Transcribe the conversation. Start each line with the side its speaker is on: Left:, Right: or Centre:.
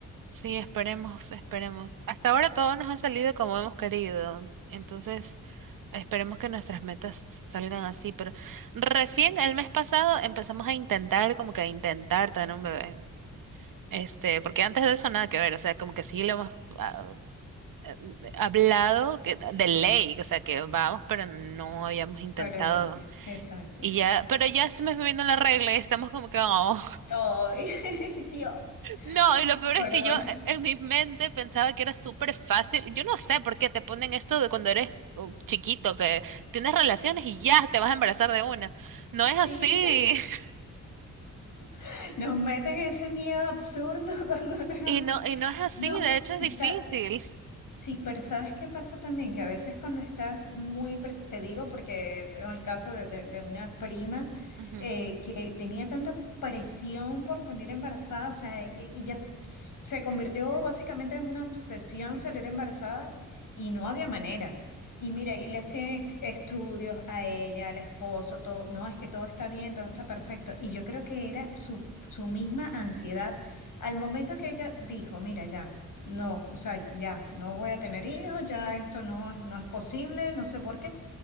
Right: Sí, esperemos, esperemos. Hasta ahora todo nos ha salido como hemos querido. Entonces. Esperemos que nuestras metas salgan así, pero recién el mes pasado empezamos a intentar, como que a intentar tener un bebé. Este, porque antes de eso nada que ver, o sea, como que sí lo hemos ah, eh, hablado que, de ley, o sea, que vamos, pero no habíamos intentado.
Left: Pero no, e- exacto.
Right: Y ya, pero ya se me vino la regla y estamos como que, "Oh".
Left: ¡Ay, <laughs> Dios!
Right: No, y lo peor
Left: Pero
Right: es que
Left: bueno,
Right: yo eh, en mi mente pensaba que era súper fácil. Yo no sé por qué te ponen esto de cuando eres uh, chiquito, que tienes relaciones y ya te vas a embarazar de una. No es
Left: sí,
Right: así. <laughs>
Left: <laughs> nos meten ese miedo absurdo <laughs> cuando no es
Right: Y
Left: así.
Right: no, y no es así,
Left: No,
Right: de hecho
Left: y,
Right: es difícil.
Left: sa- Sí, pero ¿sabes qué pasa también? Que a veces cuando estás muy, pres- te digo porque tengo el caso de, de- de una prima
Right: Ujú.
Left: eh, que tenía tanta presión por salir embarazada, o sea, y, y ya se convirtió básicamente en una obsesión salir embarazada y no había manera. Y mira, y le hacían ex- estudios a ella, al esposo, todo, no, es que todo está bien, todo está perfecto. Y yo creo que era su, su misma ansiedad al momento que ella dijo, mira, ya, no, o sea, ya, no voy a tener hijos, ya esto no, es- no es posible, no sé por qué,